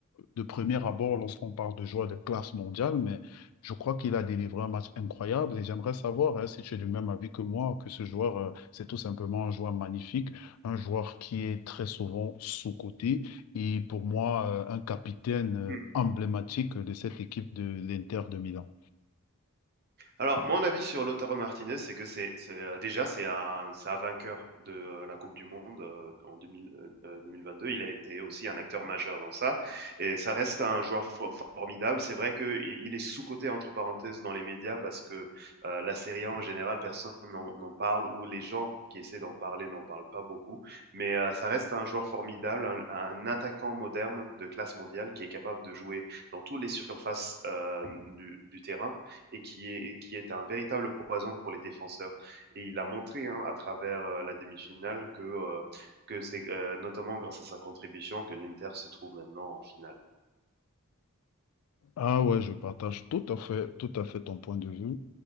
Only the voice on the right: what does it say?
Mmh.
Alors, mon avis sur Lautaro Martinez, c'est que c'est c'est, heu, déjà, c'est un c'est un vainqueur de, heu, la Coupe du monde, heu, en deux mille vingt deux. mille vingt-deux. Il a été aussi un acteur majeur dans ça et ça reste un joueur for formidable. C'est vrai qu'il il il est «sous-coté» entre parenthèses dans les médias parce que, heu, la Serie A en général, personne n'en n'en parle ou les gens qui essaient d'en parler n'en parlent pas beaucoup. Mais, heu, ça reste un joueur formidable, un un attaquant moderne de classe mondiale qui est capable de jouer dans toutes les surfaces, hem, du du terrain et qui est, et qui est un véritable poison pour les défenseurs. Et il a montré hein, à travers euh, la demi-finale que, euh, que c'est euh, notamment grâce à sa contribution que l'Inter se trouve maintenant en finale.